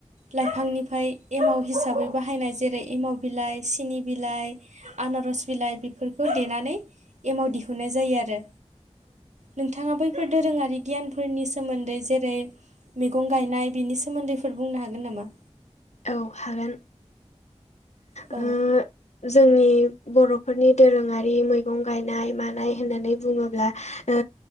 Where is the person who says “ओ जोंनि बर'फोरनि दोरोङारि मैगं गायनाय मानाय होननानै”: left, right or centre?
Left